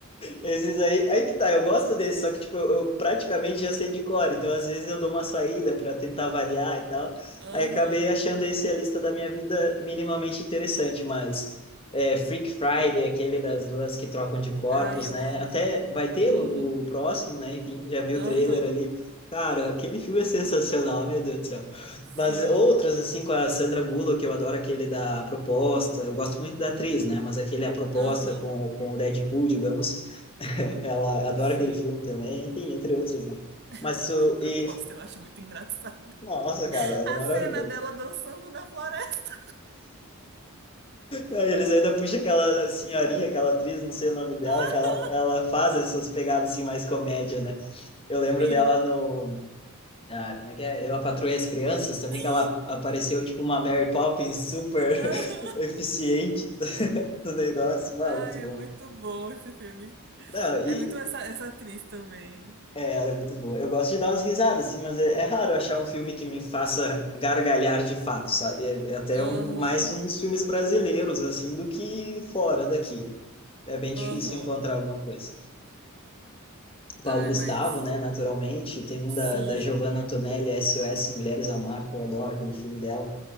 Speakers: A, on the left (about 25°); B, on the right (about 50°).
A: Esses aí, aí que tá, eu gosto desse só que tipo, eu, eu praticamente já sei de cor, então às vezes eu dou uma saída para tentar variar e tal.
B: aham.
A: Aí acabei achando esse a lista da minha vida minimamente interessante, mas é, Freak Friday, aquele das duas que trocam de corpos,
B: Ai, eu
A: né?
B: amo.
A: Até vai ter
B: Uhum,
A: o, o próximo, né? Enfim, já vi
B: aham,
A: o trailer ali. Cara, aquele filme é sensacional, meu Deus do céu.
B: sim,
A: Mas outros, assim, com a Sandra Bullock, eu adoro aquele da proposta. Eu gosto muito da atriz, né? Mas aquele é a proposta
B: aham,
A: com, com o Deadpool, digamos. <laughs> Ela adora
B: sim.
A: aquele filme também, enfim, entre outros, né?
B: <laughs>
A: Mas
B: Eu-
A: tu.
B: a proposta
A: E,
B: eu acho muito engraçada.
A: nossa, cara, é
B: A
A: maravilhoso.
B: cena dela dançando na floresta.
A: Aí Eles ainda puxam aquela senhorinha, aquela atriz, não sei o nome dela,
B: <laughs>
A: que ela, ela faz essas pegadas assim, mais comédia, né? Eu lembro
B: Sim.
A: dela no. ah, como é que é? Eu, a Patroa e as Crianças, também
B: Sim.
A: que ela apareceu tipo uma Mary Poppins super
B: <laughs>
A: <laughs> eficiente do do negócio. Mano,
B: Ai,
A: muito bom.
B: é muito bom esse filme.
A: Não, e,
B: É muito essa, essa atriz também.
A: É, ela é muito boa. Eu gosto de dar umas risadas, assim, mas é, é raro achar um filme que me faça gargalhar de fato, sabe? É, é até
B: Aham,
A: um, mais uns filmes brasileiros, assim, do que fora daqui. É bem
B: aham.
A: difícil encontrar alguma coisa. Paulo
B: Ai,
A: Gustavo,
B: mas
A: né, naturalmente. Tem um
B: sim,
A: da, da Giovanna Antonelli, SOS Mulheres ao Mar, que eu adoro aquele filme dela.